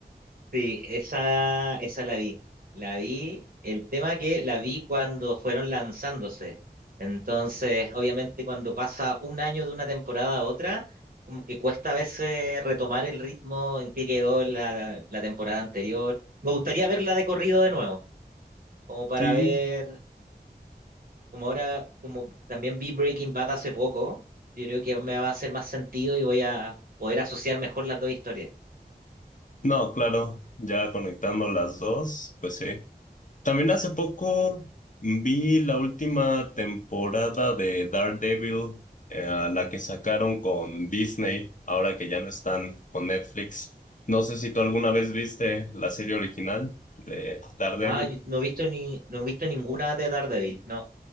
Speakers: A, on the right; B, on the left.
A: Sí, esa, esa la vi. La vi, el tema que la vi cuando fueron lanzándose. Entonces, obviamente, cuando pasa un año de una temporada a otra, como que cuesta a veces retomar el ritmo en que quedó la, la temporada anterior. Me gustaría verla de corrido de nuevo, como para
B: Sí,
A: ver, como ahora, como también vi Breaking Bad hace poco, yo creo que me va a hacer más sentido y voy a poder asociar mejor las dos historias.
B: No, claro, ya conectando las dos, pues sí. También hace poco vi la última temporada de Daredevil, eh, la que sacaron con Disney, ahora que ya no están con Netflix. No sé si tú alguna vez viste la serie original de Daredevil.
A: Ah, yo no he visto ni, no he visto ninguna de Daredevil, no.